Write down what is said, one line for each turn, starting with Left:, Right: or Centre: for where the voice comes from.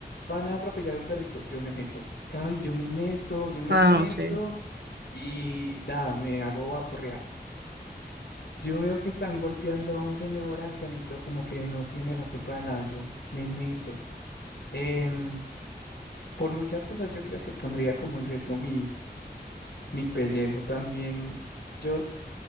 Left: van a atropellar un perrito, yo me meto. Cabi, yo me meto, yo me
Right: Ah,
Left: meto
Right: no sé.
Left: y nada, me hago vaporrear. Yo veo que están golpeando a un señor ancianito como que no tiene la culpa de nada, yo me meto. Em, por muchas cosas yo creo que pondría como en riesgo mi, mi pellejo también. Yo